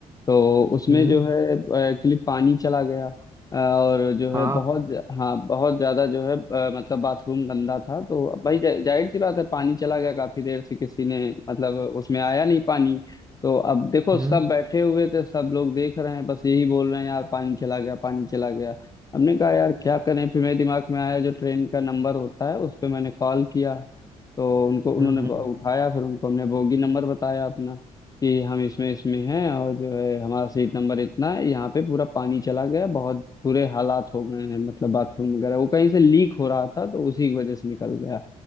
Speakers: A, on the left; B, on the right.
A: तो उसमें
B: हम्म
A: जो है एक्चुअली पानी चला गया अ, और जो
B: हाँ
A: है बहुत हाँ बहुत ज्यादा जो है अ, मतलब बाथरूम गंदा था तो भाई जा- जाहिर सी बात है पानी चला गया काफी देर से किसी ने मतलब उसमें आया नहीं पानी तो अब देखो
B: हम्म
A: सब बैठे हुए थे सब लोग देख रहे हैं बस यही बोल रहे हैं यार पानी चला गया पानी चला गया हमने कहा यार क्या करें फिर मेरे दिमाग में आया जो ट्रेन का नंबर होता है उस पर मैंने कॉल किया तो उनको उन्होंने
B: हम्म हम्म
A: ब-
B: हम्म।
A: उठाया फिर उनको हमने बोगी नंबर बताया अपना कि हम इसमें इसमें हैं और जो है हमारा सीट नंबर इतना है यहाँ पे पूरा पानी चला गया बहुत बुरे हालात हो गए हैं मतलब बाथरूम वगैरह वो कहीं से लीक हो रहा था तो उसी की वजह से निकल गया